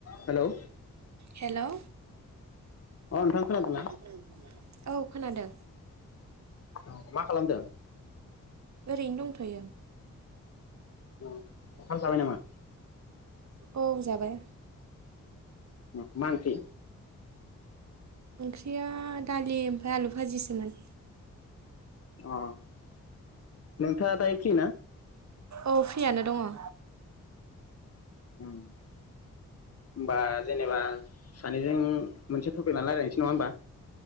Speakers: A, on the left (about 45°); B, on the right (about 55°).
A: Hello.
B: Hello.
A: नोंथां खोनादोंना
B: <unintelligible> औ खोनादों।
A: औ मा खालामदों?
B: ओरैनो दंथयो।
A: उम, ओंखाम जाबाय नामा?
B: औ जाबाय।
A: उम। मा ओंख्रि?
B: ओंख्रिया दालि ओमफ्राय आलु बाजिसोमोन।
A: अह नोंथाङा दायो फ्रिना?
B: औ फ्रियानो दङ।
A: उम होमबा जेनोबा सानैजों मोनसे टपिक लाना रायज्लायनोसै नङा होमबा